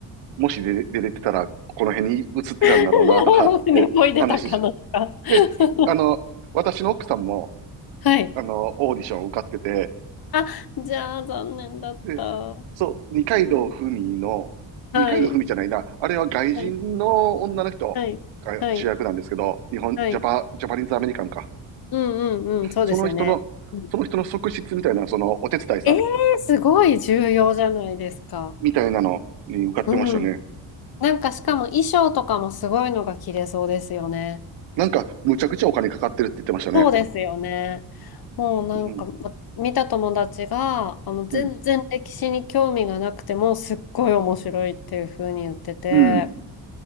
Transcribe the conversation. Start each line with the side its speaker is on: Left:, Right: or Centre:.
Right: もし出、出れてたら、この辺に移ってたんだろうな、
Left: <laughs>
Right: とかって話し。
Left: 船こいでたかなか <laughs>
Right: で、あの、私の奥さんも、
Left: はい。
Right: あの、オーディションを受かってて、
Left: あ、じゃあ残念だった。
Right: で、そう、二階堂ふみの、
Left: うんはい。
Right: 二階堂ふみじゃないな、あれは外人の女の人が主役なんですけど、
Left: はい。はい。はい。
Right: 日本、
Left: はい。
Right: ジャパ、ジャパニーズアメリカンか。
Left: うんうんうん。そうですよね。
Right: その人の、
Left: うん、
Right: その人の側室みたいな、そのお手伝いさん
Left: えーすごい重要じゃないですか。
Right: みたいなのに受かってましたね。
Left: うん。なんかしかも衣装とかもすごいのが着れそうですよね。
Right: なんか、むちゃくちゃお金かかってるって言ってましたね。
Left: そうですよね。もうなんか、
Right: うん、
Left: ま見た友達が、あの、全然歴史に興味がなくても、
Right: うん、
Left: すっごい面白いっていう風に言ってて、
Right: うん。